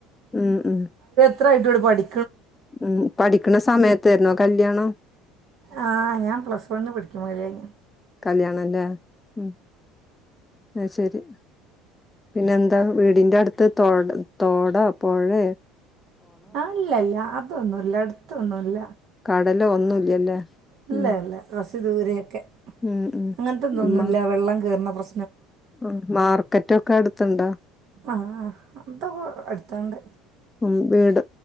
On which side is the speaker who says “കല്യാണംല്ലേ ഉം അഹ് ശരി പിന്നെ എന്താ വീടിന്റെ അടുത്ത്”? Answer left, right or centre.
Left